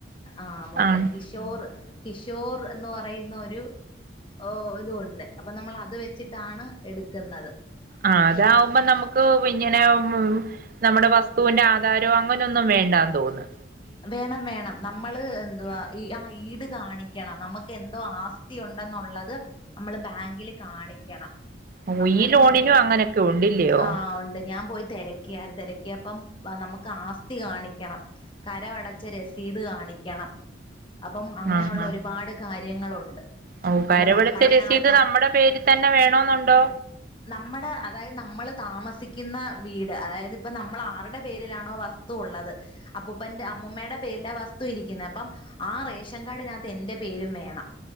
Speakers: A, on the left; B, on the right.
A: ആഹ്‌ മു
B: ആഹ്
A: കിഷോർ കിഷോർ എന്ന് പറയുന്ന ഒരു ഓഹ്‌ ഇതൂണ്ട് അപ്പൊ നമ്മൾ അത് വെച്ചിട്ടാണ് എടുക്കുന്നത്
B: ആഹ്‌ അതാവുമ്പോ നമുക്ക് പിങ്ങനെ നമ്മുടെ വസ്തുന്റെ ആധാരോ അങ്ങനെന്നും വേണ്ടാന്ന് തോന്ന്ണ്.
A: വേണം വേണം നമ്മള് എന്തുവാ ഈ ആഹ്‌ ഈട് കാണിക്കണം നമുക്ക് എന്തോ ആസ്തി ഉണ്ടെന്നുള്ളത് നമ്മള് ബാങ്കില് കാണിക്കണം
B: ഓഹ്
A: അങ്ങനെയു
B: ഈ ലോണിനും
A: ഉണ്ട്
B: അങ്ങനൊക്കെ ഉണ്ടില്ലയോ
A: ആഹ് ഉണ്ട് ഞാൻ പോയി തെര. ക്കാര് തെരക്കിയപ്പം നമുക്ക് ആസ്തി കാണിക്കണം. കരവടച്ച് രസീത് കാണിക്കണം അപ്പം അങ്ങനെള്ള
B: ആഹ് ആഹ്
A: ഒരുപാട് കാര്യങ്ങളുണ്ട്.
B: ഓഹ് കരവടിച്ച
A: അപ്പൊ നമ്മടെ
B: രസീദ്
A: ആർക്കും
B: നമ്മുടെ പേരിൽ തന്നെ വേണോന്നുണ്ടോ?
A: നമ്മുടെ അതായത് നമ്മൾ താമസിക്കുന്ന വീട് അതായത് ഇപ്പ നമ്മൾ ആരുടെ പേരിലാണോ വസ്. തു ഉള്ളത് അപ്പൊ. അപ്പൊ എന്റെ അമ്മൂമ്മയുടെ പേരിലാ വസ്തു ഇരിക്കുന്നെ അപ്പം ആ റേഷൻ കാഡിനകത്ത് എന്റെ പേരും വേണം.